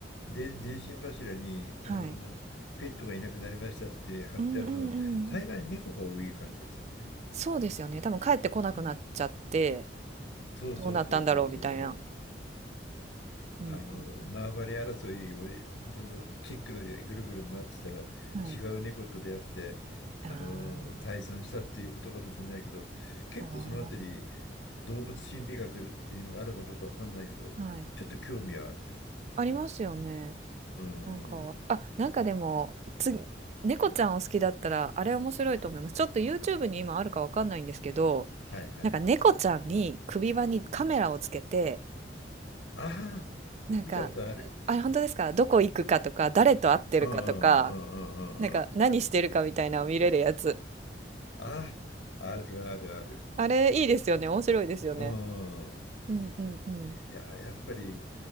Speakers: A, on the left; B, on the right.
A: で、電信柱に、
B: はい。
A: あの、ペットがいなくなりましたって貼ってあるの、
B: うんうんうん。
A: 大概猫が多い感じがするね。
B: そうですよね。多分帰ってこなくなっちゃって、
A: うん。そうそうそうそうそうそう。
B: どうなったんだろうみたいな。うんうん
A: あの縄張り争いをその結露でぐるぐる回ってたら
B: うん。はい。
A: 違う猫と出会ってあの退散したっていうことかもしれないけど結構そのあたり
B: あーあ
A: 動物心理学っていうのがあるかどうかわかんないけどちょっと興味はあるね。
B: ー、はい。ありますよね。
A: うんうん。
B: なんか、あ、なんかでも、次、猫ちゃんを好きだったら、あれ面白いと思います。ちょっと YouTube に今あるかわかんないんですけど、
A: はいはい。
B: なんか猫ちゃんに首輪にカメラをつけて、
A: ああ、
B: なんか、
A: 見たことある。
B: あれ本当ですかどこ行くかとか、誰と会ってるかとか、
A: うんうんうんうんうんうんうん。
B: なんか何してるかみたいなのを見れるやつ。
A: あ、あるあるある。
B: あれいいですよね。面白いですよね。
A: うんうん
B: うんうんうん。
A: いや、やっぱり